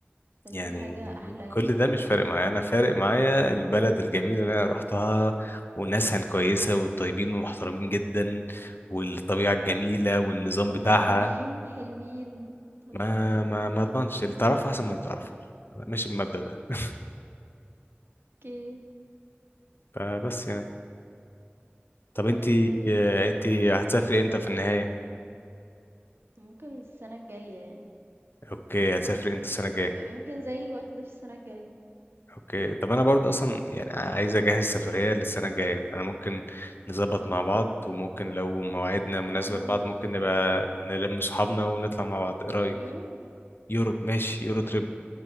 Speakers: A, on the right; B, on the left.
A: فدي
B: يعني
A: حاجة أحلى
B: كل
A: يعني
B: ده مش فارق معايا انا فارق معايا البلد الجميله اللي انا رحتها وناسها الكويسه والطيبين والمحترمين جدا والطبيعه الجميله والنظام
A: طب
B: بتاعها
A: ما الكوريين حلوين طيبين
B: ما ما
A: كل
B: ما
A: حاجة
B: اضمنش اللي تعرفه احسن من اللي ما تعرفوش أنا ماشي بالمبدأ ده <laughs>
A: اوكي
B: فبس يعني طب انتي
A: غريبة دي شوية
B: انتي هتسافري امتى في النهايه
A: ممكن السنة الجاية يعني
B: اوكي هتسافري امتى السنه الجايه
A: ف- ممكن زي الوقت ده في السنة الجاية
B: اوكي طب انا برضه اصلا يعني عايز اجهز سفرية للسنة الجاية فانا ممكن نظبط مع بعض وممكن لو مواعيدنا مناسبة
A: والله
B: لبعض
A: يلا
B: ممكن نبقى نلم صحابنا ونطلع مع بعض ايه رأيك
A: يوروب
B: يوروب ماشي يورو تريب